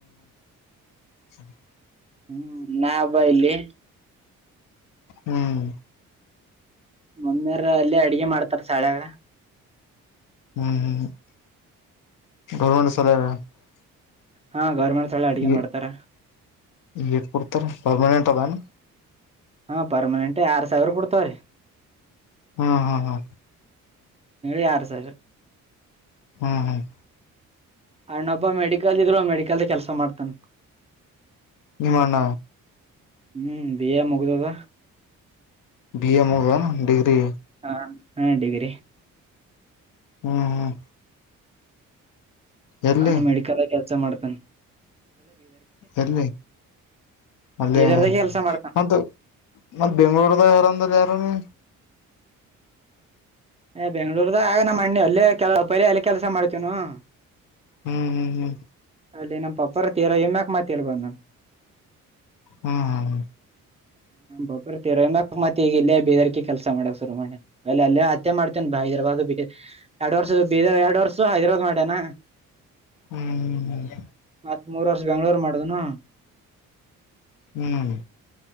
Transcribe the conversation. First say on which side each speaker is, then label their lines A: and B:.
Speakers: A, on the left; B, on the right.
A: ಸರಿ
B: ಹ್ಮ್ ನಬ ಇಲ್ಲಿ
A: ಹ್ಮ್
B: ಮಮ್ಮಿಯಾರ ಅಲ್ಲೆ ಅಡಿಗೆ ಮಾಡ್ತಾರ ಸಾಲ್ಯಾಗ.
A: ಹ್ಮ್ ಹ್ಮ್ <unintelligible>
B: ಹಾ ಗೌರ್ಮೆಂಟ್ ಸಾಲ್ಯಾಗ್ ಅಡ್ಗೆ
A: ಏ
B: ಮಾಡ್ತಾರ
A: ಎಟ್ ಕೊಡ್ತಾರ ಪರ್ಮನೆಂಟ್ ಅದನ.
B: ಹಾ ಪರ್ಮನೆಂಟ್ ಆರು ಸಾವಿರ ಕೊಡ್ತಾವ್ರಿ.
A: ಹ್ಮ್ ಹಾ ಹಾ
B: ಯಾರ್ ಸೌಜು
A: ಹ್ಮ್ ಹ್ಮ್
B: ಅಣ್ಣಬ್ಬ ಮೆಡಿಕಲ್ ಇದ್ರು ಮೆಡಿಕಲ್ದ ಕೆಲ್ಸ ಮಾಡ್ತಾನ.
A: ನಿಮ್ಮಣ್ಣ
B: ಹ್ಮ್ ಬಿ ಏ ಮುಗ್ದದ.
A: ಬಿ ಎ ಮುಗ್ದಾವ್ ಏನ್ ಡಿಗ್ರಿ.
B: ಹ ಹಾ ಡಿಗ್ರಿ
A: ಹ್ಮ್ ಹ್ಮ್ ಎಲ್ಲಿ
B: ಅಣ ಮೆಡಿಕಲ್ ಆಗ್ ಕೆಲ್ಸ ಮಾಡ್ತಾನ್.
A: ಎಲ್ಲಿ ಅಲ್ಯ
B: ಬೀದರ್ದಾಗ ಕೆಲ್ಸ ಮಾಡ್ತಾನ
A: ಅದು ಮತ್ತ ಬೆಂಳೂರ್ದ ಆದಾರ್ ಯಾರಂದ್ರ ಯಾರು ನೀ.
B: ಬೆಂಗ್ಳೂರ್ದ ಆಯ ನಮ್ ಅಣ್ಣಿ ಅಲ್ಲೇ ಕೆಲ ಪರಿ ಎಲ್ಲ ಕೆಲಸ ಮಾಡ್ತೇವ್ ನವು
A: ಹ್ಮ್ ಹ್ಮ್ ಹ್ಮ್
B: ಅಲ್ಲಿ ನಮ್ಮ ಪಪ್ಪಾರ ತೀರ್ ಹೋಗಿದ್ಮ್ಯಾಕ್ ಮಾತ್ತ್ ಇಲ್ ಬಂದಾನ.
A: ಹ್ಮ್
B: ಪಪ್ಪರ್ ಕ್ ಮತ್ತೆ ಈಗ ಇಲ್ಲೇ ಬೀದರ್ಕಿ ಕೆಲಸ ಮಾಡಕ್ ಶುರು ಮಾಡಿನಿ ಅಲ್ ಅಲ್ಯಾ ಮೆ ಮಾಡ್ತೇನ್ ಬ ಹೈದರಾಬಾದ್ ಬ ಎರಡ್ ವರ್ಷದ ಬೀದರ್ ಎರಡು ವರ್ಷ ಹೈದರಾ ಮಾಡ್ಯನ.
A: ಹ್ಮ್ ಹ್ಮ್
B: ಮತ್ತ್ ಮೂರ್ ವರ್ಷ ಬೆಂಗ್ಳೂರು ಮಾಡ್ದುನು.
A: ಹ್ಮ್